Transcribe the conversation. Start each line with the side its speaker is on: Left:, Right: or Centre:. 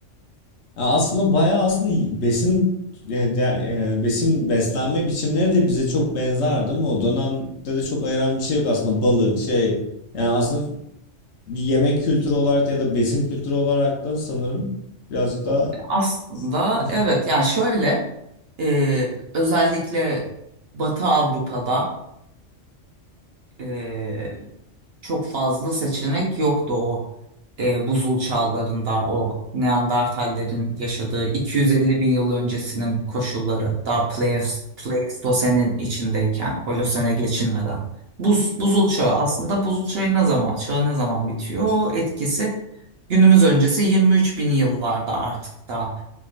Left: Ya aslında bayağı aslında besin e, de- e, besin beslenme biçimleri de bize çok benzer değil mi? O dönemde de çok ayıran bir şey yok aslında balık şey. Yani aslında bir yemek kültürü olarak da ya da besin kültürü olarak da sanırım birazcık daha
Right: Aslında
Left: <laughs>
Right: evet yani şöyle eee, özellikle Batı Avrupa'da e, çok fazla seçenek yoktu o e, buzul çağlarında o Neandertallerin yaşadığı 250 bin yıl öncesinin koşulları daha Pleis- Pleistosen'in içindeyken Holosen'e geçilmeden. Buz, buzul çağı aslında buzul çağı ne zaman çağı ne zaman bitiyor? etkisi günümüz öncesi 23 bin yıllarda artık da